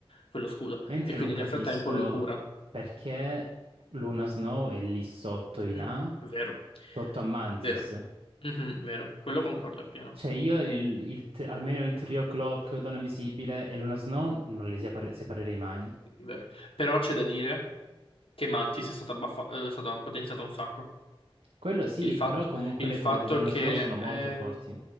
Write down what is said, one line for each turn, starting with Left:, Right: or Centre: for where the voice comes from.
Left: quello scudo.
Right: Mentre
Left: E quindi
Right: non capisco
Left: nel frattempo lui cura.
Right: perché Luna Snow è lì sotto in
Left: <clears throat>
Right: A
Left: Vero,
Right: sotto a Mantis.
Left: vero, Mhm, vero, quello concordo appieno,
Right: Cioè io il- il tri- almeno il trio Clock, Donna Visibile e Luna Snow non li separ- separerei mai.
Left: vero. Però c'è da dire che Mantis è stata, baffa- eh, è stata potenziata un sacco.
Right: Quello sì,
Left: Il fatto,
Right: però comunque
Left: il
Right: le
Left: fatto
Right: cure di Luna
Left: che...
Right: Snow sono molto
Left: eh,
Right: forti,